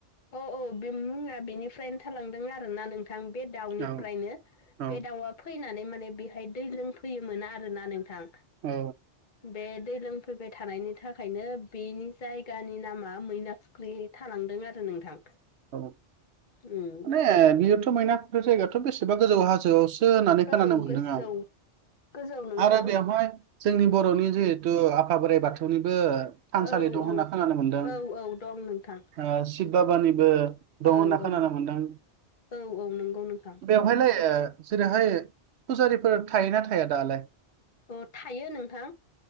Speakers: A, on the left (about 45°); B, on the right (about 70°).
A: औ-औ बे मुङा बेनिफ्रायनो थालांदों आरोना नों थां बे दाउनिफ्रायनो
B: औ औ
A: बे दाउआ फैनानै माने बेहाय दै लोंफैयोमोन आरोना नोंथां।
B: औ
A: बे दै लोंफैबाय थानायनि थाखायनो बेनि जायगानि नामा मैना फ'ख्रि थालांदों आरो नोंथां।
B: औ माने
A: उम
B: बियोथ' मैना खु जायगायाथ' बेसेबा गोजौ हाजोआव सो होननानै
A: औ
B: खोनानो मोनदों
A: गोजौ
B: आं
A: गोजौ नोंथां
B: आरो बेवहाय जोंनि बर'नि जिहेतु आफा बोराइ बाथौ निबो थानसालि
A: औ
B: दं होनना
A: औ
B: खोनानो मोनदों
A: औ औ दं नोंथां
B: ओ शिब बाबानिबो। दं
A: औ
B: होनना खोनानो
A: औ
B: मोनदों
A: औ औ नंगौ नोंथां
B: बेवहायलाय
A: दं
B: जेरैहाय फुजारिफोर थायोना थाया दालाय?
A: अ थायो नोंथां।